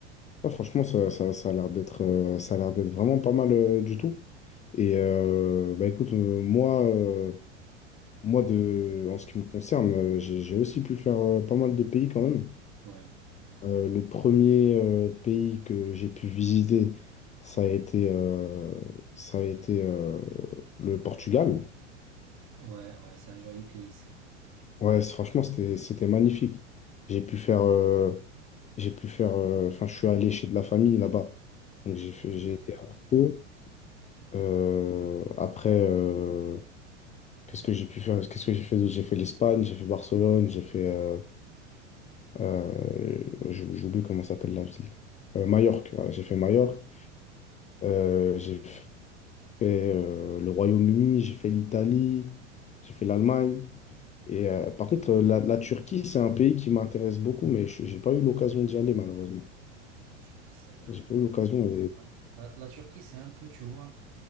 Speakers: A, on the left; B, on the right.
A: Ouais, franchement, ça, ça, ça a l'air d'être euh, ça a l'air d'être vraiment pas mal euh, du tout. Et euh, bah écoute, euh, moi, euh, moi de, en ce qui me concerne, euh, j'ai j'ai aussi pu faire euh, pas mal de pays quand même.
B: ouais,
A: Euh, le premier euh, pays que j'ai pu visiter, ça a été, euh, ça a été euh, le Portugal.
B: ouais, ouais, c'est un joli pays, ça.
A: Ouais, c'est- franchement, c'était, c'était magnifique. J'ai pu faire, euh, j'ai pu faire, euh, enfin, je suis allé chez de la famille là-bas. Donc j'ai fait-
B: D'accord.
A: j'ai été à Porto. Euh, après, euh, qu'est-ce que j'ai pu faire? Qu'est-ce que j'ai fait d'autre? J'ai fait l'Espagne, j'ai fait Barcelone, j'ai fait. Euh, euh, j'ou- j'oublie comment s'appelle la ville. Euh, Majorque, voilà, j'ai fait Majorque.
B: Mallorca, ouais.
A: Euh, j'ai fait euh, le Royaume-Uni, j'ai fait l'Italie, j'ai fait l'Allemagne. Et euh, par contre, euh, la, la Turquie, c'est un pays qui m'intéresse beaucoup, mais je n'ai pas eu l'occasion d'y aller, malheureusement.
B: La Turquie, c'est vraiment...
A: J'ai pas eu l'occasion.
B: euh,
A: Et...
B: ouais. La, la Turquie, c'est un peu, tu vois,